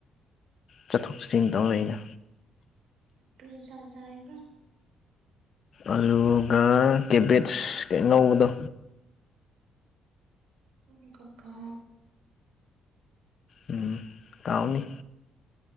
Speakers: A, on the left; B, on the right.
A: ꯆꯠꯊꯣꯛ ꯆꯠꯁꯤꯟ ꯇꯧꯔ ꯑꯩꯅ
B: ꯇ ꯏꯁꯥ ꯆꯦꯕ
A: ꯑꯗꯨꯒ ꯀꯦꯕꯦꯠꯁꯅꯧꯕꯗꯣ
B: ꯀꯩꯅ ꯀꯀꯥ
A: ꯎꯝ ꯇꯎꯅꯤ